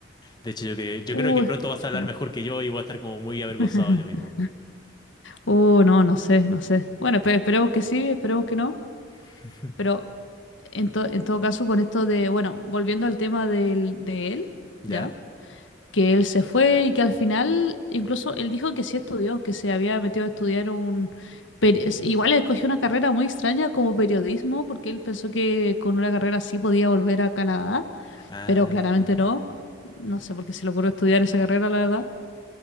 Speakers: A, on the left; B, on the left.
A: De hecho, yo, que, yo
B: Uy,
A: creo que pronto vas
B: espero.
A: a hablar mejor que yo y voy a estar como muy avergonzado
B: <laughs>
A: yo mismo.
B: Uh, no, no sé, no sé. Bueno, espe- esperemos que sí, esperemos que no.
A: <laughs>
B: Pero En, to- en todo caso, con esto de, bueno, volviendo al tema del, de él,
A: ¿Ya?
B: ¿ya? Que él se fue y que al final, incluso él dijo que sí estudió, que se había metido a estudiar un... peri- es- Igual escogió una carrera muy extraña como periodismo, porque él pensó que con una carrera así podía volver a Canadá,
A: Ah,
B: pero claramente no. No sé por qué se le ocurrió estudiar esa carrera, la verdad.